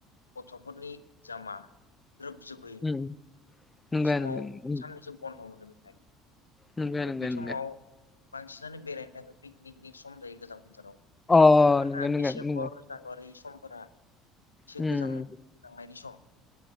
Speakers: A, on the left; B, on the left.
A: गथ'फोरनि जामा ग्रोबजबोयो
B: उम नंगौ
A: बे समाव
B: नंगौ उम
A: साननैसो बन्द' मोनो बेखायनो
B: नंगौ
A: दा
B: नंगौ
A: बि
B: नंगौ
A: समाव बांसिनानो बेरायनो थाङो पिकनिकनि सम जायो गोजां बोथोराव
B: अ
A: मानोना
B: नंगौ नंगौ
A: डिसेम्बर
B: नंगौ
A: जानुवारि समफोरा एसे
B: उम
A: गोजां गोजांनायनि सम